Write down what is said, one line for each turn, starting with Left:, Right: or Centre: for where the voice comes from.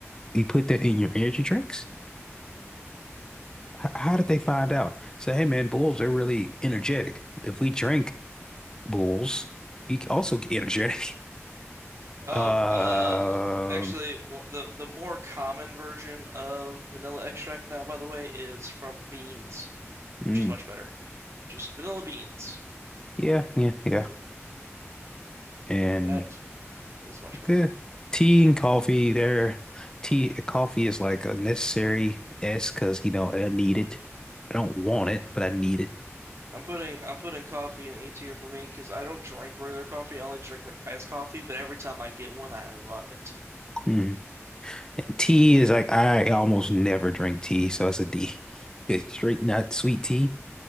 Left: you put that in your energy drinks. H- how did they find out? Say, hey man, Bulls, they're really energetic. If we drink Bulls. He also energetic. <laughs>
Right: Oh,
Left: Uh,
Right: uh, actually, w- the the more common version of vanilla extract now, by the way, is from beans, which
Left: mm,
Right: is much better. Just vanilla beans.
Left: yeah, yeah, yeah. And
Right: That is much better.
Left: the tea and coffee there. Tea, coffee is like a necessary S because you know I need it. I don't want it, but I need it.
Right: I'm putting I'm putting coffee in A tier for me because I don't drink regular coffee. I only drink like iced coffee, but every time I get one, I love it.
Left: Mhm. And tea is like I almost never drink tea, so it's a D. <laughs> It's straight, not sweet tea.